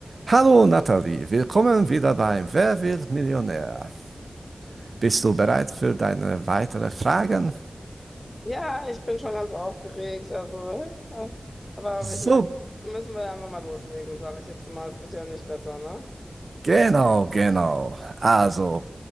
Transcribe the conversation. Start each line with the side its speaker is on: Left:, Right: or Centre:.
Right: Hallo Nathalie, willkommen wieder beim Wer wird Millionär? Bist du bereit für deine weiteren Fragen?
Left: Ja, ich bin schon ganz aufgeregt. Also, ja. aber
Right: So,
Left: ich meine, müssen wir einfach mal loslegen, sage ich jetzt mal. Es wird ja nicht besser, ne?
Right: genau, genau. Also,